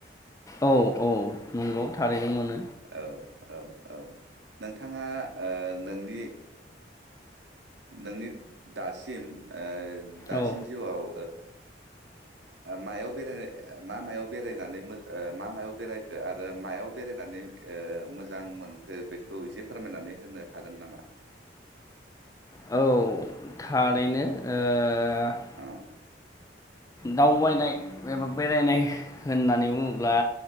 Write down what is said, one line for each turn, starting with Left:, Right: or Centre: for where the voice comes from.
Left: औ औ नंगौ थारैनो मोनो
Right: औ औ औ नोंथाङा नोंनि नोंनि दासिम दासिम
Left: औ
Right: जिउआव मायाव बे मा मायाव बेरायनानै मा मायाव बेरायखो आरो मायाव बेरायनानै मोजां मोनखो बेखौ एसे फोरमायनानै होनो हागोन नामा <inaudible>
Left: औ थारैनो ओ
Right: औ
Left: दावबायनाय एबा बेरायनाय होननानै बुङोब्ला